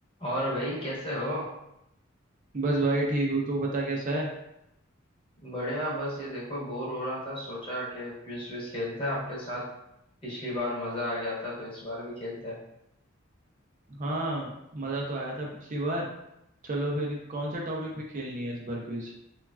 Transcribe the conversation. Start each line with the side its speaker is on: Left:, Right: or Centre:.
Left: और भाई कैसे हो
Right: बस भाई ठीक हूँ तू बता कैसा है
Left: बढ़िया बस ये देखो बोर हो रहा था सोचा कि क्विज विज खेलते हैं आपके साथ पिछली बार मजा आ गया था तो इस बार भी खेलते हैं
Right: हाँ मज़ा तो आया था पिछली बार चलो फिर कौन सा टॉपिक भी खेलनी है इस बार क्विज